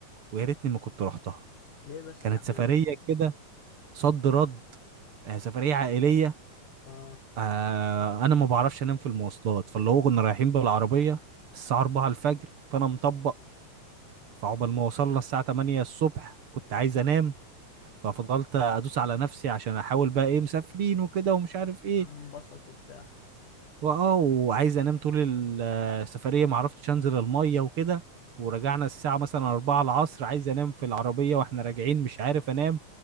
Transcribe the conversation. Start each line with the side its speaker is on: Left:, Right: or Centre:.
Right: ويا ريتني ما كنت رحتها
Left: ليه بس
Right: كانت
Left: يا عم
Right: سفريه كده صد رد آه، سفريه عائليه
Left: اه
Right: آه انا ما بعرفش انام في المواصلات فاللي هو كنا رايحين بالعربيه الساعه 4 الفجر فانا مطبق فعقبال ما وصلنا الساعه 8 الصبح كنت عايز انام ففضلت ادوس على نفسي عشان احاول بقى ايه مسافرين وكده ومش عارف ايه
Left: انا انبسط وبتاع
Right: واه وعايز انام طول ال- السفريه ما عرفتش انزل الميه وكده ورجعنا الساعه مثلا 4 العصر عايز انام في العربيه واحنا راجعين مش عارف انام